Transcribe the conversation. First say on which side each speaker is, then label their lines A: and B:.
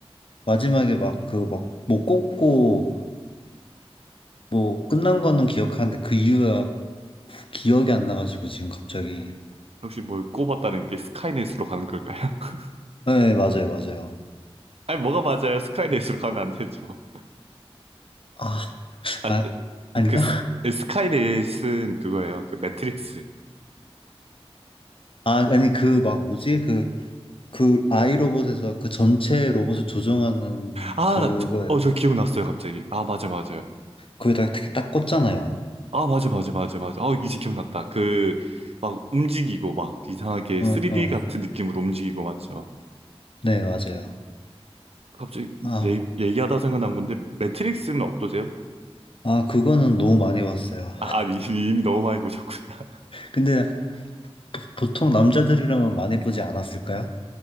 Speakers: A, on the left; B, on the right.
A: 마지막에 막 그 막 못 꽂고 뭐 끝난 거는 기억하는데 그 이유가 기억이 안 나가지고 지금 갑자기.
B: 혹시 뭘 꼽았다는 게 스카이넷으로 가는 걸까요? <laughs>
A: 네, 맞아요, 맞아요.
B: 아니 뭐가 맞아요? 스카이넷으로 가면 안 되죠.
A: 아,
B: 아,
A: 아, 아닌가?
B: 그 스, 스카이넷은 그거예요. 그 매트릭스.
A: 아, 아니 그 막 뭐지? 그, 그 아이로봇에서 그 전체 로봇을 조종하는
B: 아,
A: 그거,
B: 나- 저- 어, 저 기억났어요, 갑자기. 아, 맞아, 맞아요.
A: 거기다가 되게 딱 꽂잖아요.
B: 아, 맞아, 맞아, 맞아, 맞아. 아, 이제 기억났다. 그, 막 움직이고, 막 이상하게
A: 응,
B: 3D
A: 응.
B: 같은 느낌으로 움직이고, 맞죠?
A: 네, 맞아요.
B: 갑자기
A: 아,
B: 얘, 얘기하다 생각난 건데, 매트릭스는 어떠세요?
A: 아, 그거는 너무 많이 봤어요.
B: 아, 아니, <laughs> 이미 너무 많이 보셨구나. <laughs>
A: 근데 보- 보통 남자들이라면 많이 보지 않았을까요?